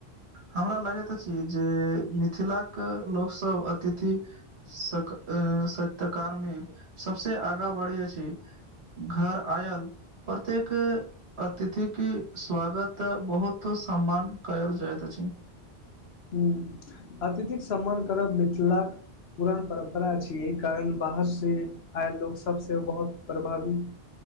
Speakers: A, on the right (about 80°); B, on the left (about 70°).
A: हमरा लगैत अछि जे मिथिलाके लोकसभ अतिथि सक् अ सत्कार में सबसे आगा बढ़ै अछि घर आयल प्रत्येक अतिथि के स्वागत बहुत सम्मान कएल जायत त अछि
B: ह अतिथिक सम्मान करब मिथिलाक पुरान परम्परा अछि एहि कारण बाहर से आयल लोक सबस बहुत प्रभावित